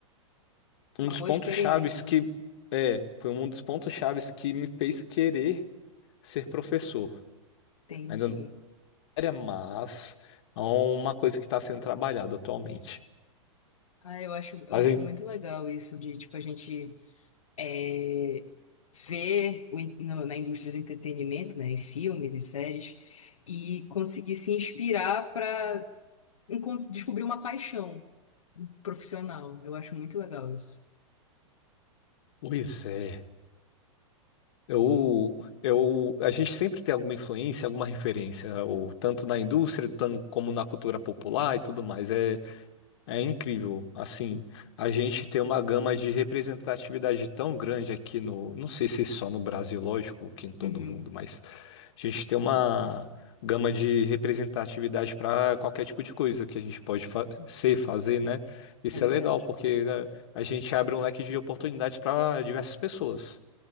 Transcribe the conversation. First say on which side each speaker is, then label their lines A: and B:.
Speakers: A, on the left; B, on the left.
A: Um
B: Uma
A: dos
B: boa
A: pontos
B: experiência,
A: chaves que.
B: né?
A: É, foi um dos pontos chaves que me fez querer ser professor.
B: entendi.
A: Ainda área, mas é uma coisa que está sendo trabalhada atualmente.
B: Ah, eu acho, eu
A: Mas,
B: acho
A: em-
B: muito legal isso de, tipo, a gente é, ver o in- no- na indústria do entretenimento, né, em filmes e séries, e conseguir se inspirar para descobrir uma paixão profissional. Eu acho muito legal isso.
A: pois é, eu, eu, a gente sempre tem alguma influência, alguma referência, ou tanto na indústria, tan- como na cultura popular e tudo mais. é É incrível, assim, a gente tem uma gama de representatividade tão grande aqui no, não sei se só no Brasil, lógico, que em todo
B: Uhum.
A: mundo, mas a gente tem uma gama de representatividade para qualquer tipo de coisa que a gente pode fa ser, fazer, né? Isso
B: É verdade.
A: é legal, porque né, a gente abre um leque de oportunidades para diversas pessoas.